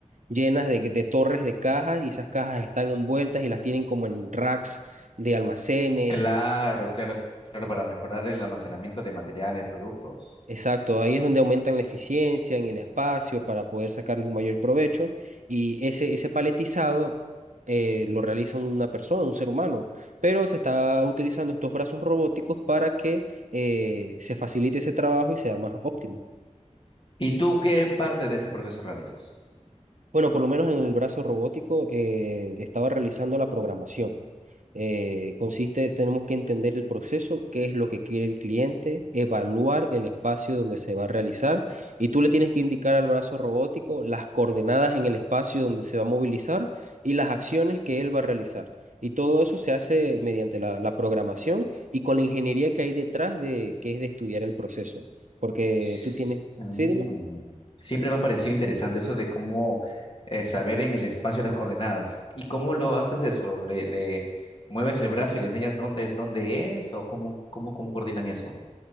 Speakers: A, on the right; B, on the left.
A: llenas de, de torres de cajas y esas cajas están envueltas y las tienen como en racks de almacenes
B: Claro, claro, claro, para mejorar el almacenamiento de materiales, productos.
A: Exacto, ahí es donde aumentan la eficiencia en el espacio para poder sacarle un mayor provecho y ese, ese paletizado eh, lo realiza una persona, un ser humano, pero se está utilizando estos brazos robóticos para que eh, se facilite ese trabajo y sea más óptimo.
B: ¿Y tú qué parte de este proceso realizas?
A: Bueno, por lo menos en el brazo robótico eh, estaba realizando la programación. Eh, consiste, tenemos que entender el proceso, qué es lo que quiere el cliente, evaluar el espacio donde se va a realizar y tú le tienes que indicar al brazo robótico las coordenadas en el espacio donde se va a movilizar y las acciones que él va a realizar. Y todo eso se hace mediante la, la programación y con la ingeniería que hay detrás de que es de estudiar el proceso, porque
B: S-
A: tú tienes,
B: Mm.
A: sí, dime.
B: Siempre me ha parecido interesante eso de cómo eh, saber en el espacio las coordenadas. ¿Y cómo lo haces eso? ¿Le, le mueves el brazo y le enseñas dónde es, dónde es? ¿O cómo, cómo, cómo coordinan eso?